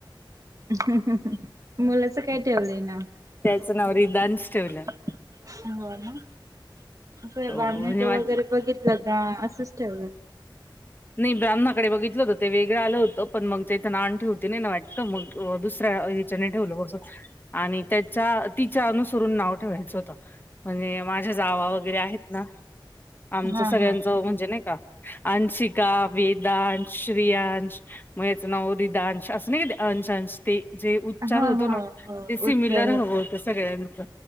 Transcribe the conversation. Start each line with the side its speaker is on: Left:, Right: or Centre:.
Right: <unintelligible> मुलाचं काय ठेवलंय नाव?
Left: त्याचं
Right: <unintelligible>
Left: नाव रिदांश ठेवलं. हो म्हणजे माझ
Right: लगा असंच ठेवलं <unintelligible>
Left: नाही ब्राह्णाकडे बघितलं होतं ते वेगळ आलं होतं पण मग त्या इथं ना आण ठठी होती नाही ना वाट तर मग दुसऱ्या <unintelligible> ठेव <unintelligible> आणि त्याच्या तिच्या अनुसरून नाव ठेवायचं होत माझ्या जावा वगैरे आहेत ना आमच्या
Right: हा
Left: सगळ्यांचे
Right: हा.
Left: म्हणजे आंशिक का वेदांश स्त्रियांश मग याच नाव रीदांश असं नाही अंश अंश ते. जे उच्चार
Right: हो
Left: होतो
Right: हो
Left: ना
Right: हो
Left: ते सिमिलर
Right: उच्चार
Left: हवं
Right: होतो.
Left: होतं सगळ्यांच